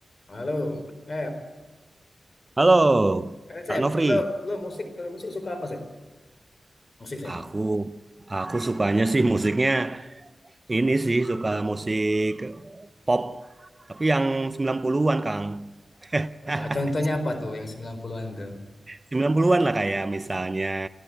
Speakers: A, on the left; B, on the right.
A: Halo, Sep.
B: Halo,
A: Keren, Sep.
B: Pak Nofri.
A: Lo, lo musik, kalau musik suka apa, Sep? Musik, Sep.
B: Aku aku sukanya sih musiknya ini sih suka musik pop, tapi yang 90-an, Kang. <laughs>
A: Eh, contohnya apa tuh yang 90-an tuh?
B: 90-an lah kayak misalnya